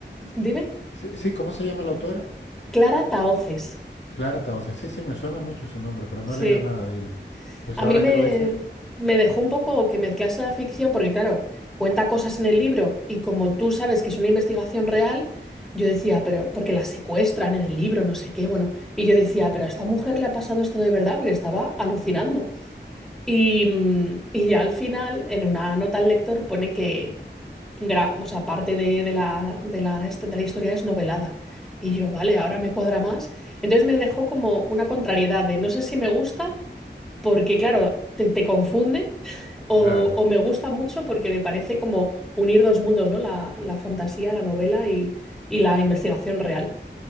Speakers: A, in the centre; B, on the left.
A: dime,
B: Sí, sí, ¿cómo se llama la autora?
A: Clara Tahoces,
B: Clara Tauces. Sí, sí, me suena mucho su nombre, pero
A: sí.
B: no he leído nada de ella. Pues
A: A
B: ahora
A: mí me,
B: que lo dices,
A: me dejó un poco que mezclase la ficción, porque claro, cuenta cosas en el libro y como tú sabes que es una investigación real, yo decía, pero porque la secuestran en el libro, no sé qué, bueno, y yo decía, pero a esta mujer le ha pasado esto de verdad porque estaba alucinando. Y, mm, y ya al final, en una nota al lector pone que, gra- o sea, parte de, de la, de la, est- de la historia es novelada. Y yo, vale, ahora me cuadra más. Entonces me dejó como una contrariedad de no sé si me gusta porque claro, te, te confunde <laughs> o,
B: claro.
A: o me gusta mucho porque me parece como unir dos mundos, ¿no? La, la fantasía, la novela y, y la investigación real.